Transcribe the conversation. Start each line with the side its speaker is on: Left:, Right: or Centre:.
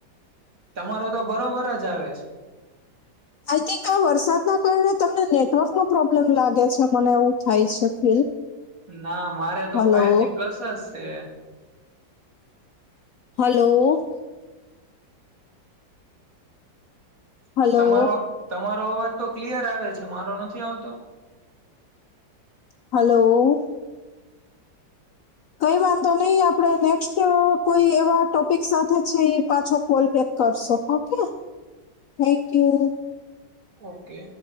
Right: તમારો તો બરોબર જ આવે છે.
Left: આઈ થિંક આ વરસાદના કારણે તમને નેટવર્કનો પ્રોબ્લેમ લાગે છે મને એવું થાય છે ફીલ.
Right: ના મારે તો
Left: હલો
Right: ફાઈવ જી પ્લસ જ છે.
Left: હલો. હલો
Right: તમારો, તમારો અવાજ તો ક્લિયર આવે છે મારો નથી આવતો?
Left: હલો. કઈ વાંધો નહી, આપડે નેક્સ્ટ કોઈ એવા ટોપિક સાથે છે પાછો કોલ બેક કરશો હો કે થેન્ક યુ.
Right: ઓકે.